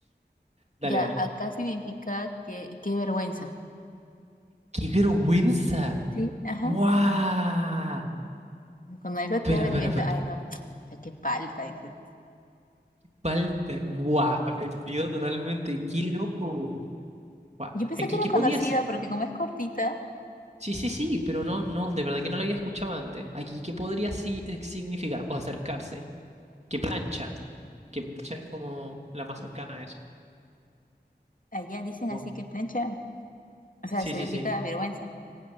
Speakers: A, on the right; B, on the left.
A: Dale,
B: Ya,
A: dale.
B: acá significa que, qué vergüenza.
A: ¡Qué vergüenza!
B: Sí, ajá.
A: ¡Guau!
B: Cuando algo
A: Espera,
B: te da vergüenza,
A: espera, espera.
B: ay, no, <tsk> ya qué palta, dices.
A: Palta. Guau, aprendido totalmente. Qué loco. Guau.
B: Yo pensé
A: Aquí,
B: que era
A: ¿qué podría
B: conocida
A: ser?
B: porque como es cortita.
A: Sí, sí, sí, pero no, no, de verdad que no lo había escuchado antes. Aquí, ¿qué podría si- eh, significar? O acercarse. ¿Qué plancha? Que plancha es como la más cercana a eso.
B: Allá dicen
A: Como-
B: así que plancha, o sea,
A: sí,
B: significa
A: sí, sí.
B: vergüenza.